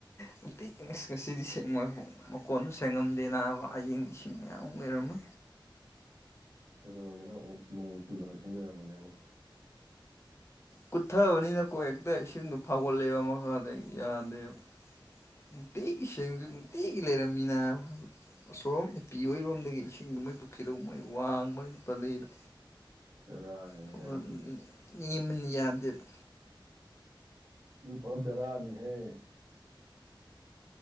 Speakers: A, on the left (about 30°); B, on the right (about 45°).
A: ꯅꯨꯡꯇꯤ ꯑꯁ ꯉꯁꯤꯗꯤ ꯁꯦꯡꯑꯝ ꯃꯀꯣꯟꯁꯨ ꯁꯦꯡꯉꯝꯗꯦ ꯅꯥꯕ ꯑꯌꯦꯡ ꯏꯁꯤꯡ ꯃꯌꯥꯝ ꯑꯃ ꯂꯩꯔꯝꯃ꯫
B: ꯀꯩꯗꯧꯔꯒꯦ ꯅꯪ ꯑꯣꯛ ꯅꯣꯡꯆꯨꯗ ꯁꯤꯡꯂꯩꯔꯝꯅꯤꯕꯣ꯫
A: ꯀꯨꯠꯊꯕꯅꯤꯅ ꯀꯣ ꯍꯦꯛꯇ ꯏꯁꯤꯡꯗ ꯐꯥꯎꯒꯠꯂꯦꯕ ꯃꯈꯥꯗ ꯌꯥꯗꯦꯕ꯫ ꯅꯨꯡꯇꯤꯒꯤ ꯁꯦꯡꯉꯖꯨ ꯅꯨꯡ ꯇꯤꯒꯤ ꯂꯩꯔꯝꯃꯤ ꯅꯥꯕ꯫ ꯑꯁꯣꯝ ꯏꯄꯤ ꯑꯣꯏꯔꯣꯝꯗꯒꯤ ꯏꯁꯤꯡꯗꯨꯃꯩ ꯄꯨꯈꯤꯗꫭ ꯃꯩ ꯋꯥꯡꯕꯅꯤ ꯄꯂꯩꯗ
B: ꯕꯦꯔꯥꯅꯤꯅꯦ
A: ꯁꯣꯝꯗ
B: ꯅꯪꯗꯨꯗꯤ
A: ꯅꯦꯝꯕꯅꯤꯅ ꯌꯥꯗꯦꯕ꯫
B: ꯑꯗꯨ ꯄꯨꯔꯥ ꯕꯦꯔꯥꯅꯤꯍꯦ꯫